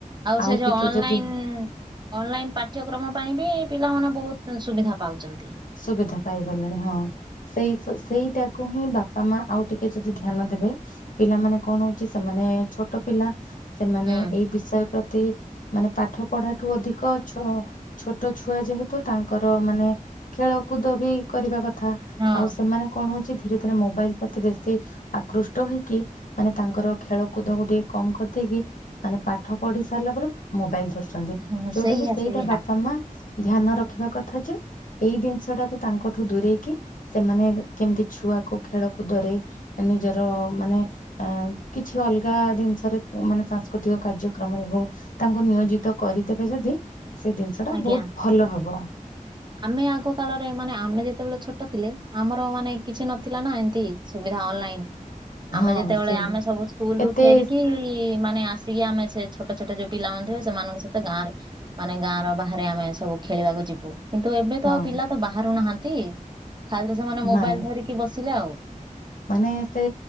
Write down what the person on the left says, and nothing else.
ଆଉ
ଟିକେ
ଯଦି
ସୁବିଧା ପାଇଗଲେଣି ହଁ। ସେଇ ସେଇଟାକୁ ହିଁ ବାପା ମା ଆଉ ଟିକେ ଯଦି ଧ୍ୟାନ ଦେବେ ପିଲାମାନେ କଣ ହଉଛି ସେମାନେ ଛୋଟ ପିଲା ସେମାନେ
ଏଇ ବିଷୟରେ ପ୍ରତି ମାନେ ପାଠ ପଢାଠୁ ଅଧିକ ଛୁ ଛୋଟ ଛୁଆ ଯେହେତୁ ତାଙ୍କର ମାନେ ଖେଳକୁଦ ବି କରିବା କଥା
ଆଉ ସେମାନେ କଣ ହଉଛି ଧୀରେ ଧୀରେ ମୋବାଇଲ ପ୍ରତି ବେଶୀ ଆକୃଷ୍ଟ ହେଇକି ମାନେ ତାଙ୍କର ଖେଳକୁଦକୁ ଟିକେ କମ କରିଦେଇକି ମାନେ ପାଠ ପଢି ସାରିଲା ପରେ ମୋବାଇଲ ଧର ଛନ୍ତି
ଯୋଉଟା
କି ସେଇଟା
ବାପା ମା ଧ୍ୟାନ ରଖିବା କଥା ଯେ ଏଇ ଜିନିଷ ଟାକୁ ତାଙ୍କଠୁ ଦୂରେଇକି ସେମାନେ କେମିତି ଛୁଆକୁ ଖେଳକୁ ଦରେ ନିଜର ମାନେ ଅ କିଛି ଅଲଗା ଜିନିଷରେ ମାନେ ସାଂସ୍କୃତିକ କାର୍ଯ୍ୟକ୍ରମରେ ହଉ। ତାଙ୍କୁ ନିୟୋଜିତ କରିଦେବେ ଯଦି ସେ ଜିନିଷ ଟା
ବହୁତ ଭଲ ହବ।
ହଁ
ସେଇ
ଏତେ
ହଁ
ନାଇଁ
ମାନେ ସେ